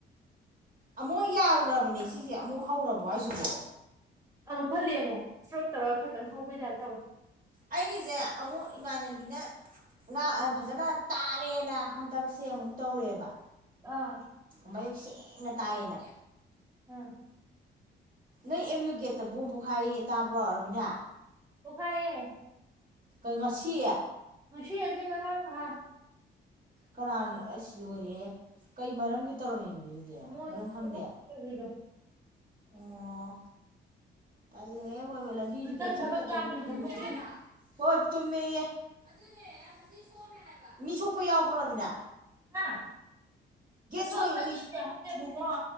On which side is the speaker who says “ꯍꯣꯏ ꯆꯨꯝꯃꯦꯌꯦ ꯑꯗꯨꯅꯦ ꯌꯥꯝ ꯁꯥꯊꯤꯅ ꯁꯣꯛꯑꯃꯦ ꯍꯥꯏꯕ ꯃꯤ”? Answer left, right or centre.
Right